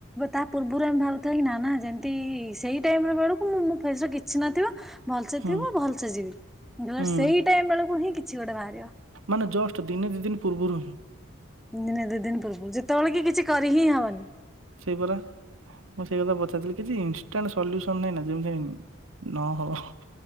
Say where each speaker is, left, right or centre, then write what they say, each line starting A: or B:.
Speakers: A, in the centre; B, on the right.
A: ତା ପୂର୍ବରୁ ଆମେ ଭାବୁ କି ନା ନା ଯେ ଦେଇ ସେଇ ଟାଇମ ବେଳକୁ ମୁଁ ମୋ ଫେସରେ କିଛି ନଥିବା ଭଲସେ
B: ହୁଁ
A: ଥିବ ଭଲସେ ଯିବ ନ
B: ହୁଁ
A: ସେଇ ଟାଇମ ବେଳକୁ ହିଁ କିଛି ଗୋଟେ ବାହାରିବ
B: ମାନେ ଜଷ୍ଟ ଦିନେ ଦି ଦିନି ପୁର୍ବରୁ ହିଁ
A: ଦିନେ ଦୁଇ ଦିନ ପୂର୍ବରୁ ଯେତେବେଳେ କି କିଛି କରି ହିଁ ହବନି।
B: ସେଇପରା ମୁଁ ସେଇ କଥା ପଚାରଥିଲି କିଛି ଇନାଣ୍ଟ ସଲ୍ୟୁସନ ନାଇଁ ନା ଯେମିତି ନ ହବ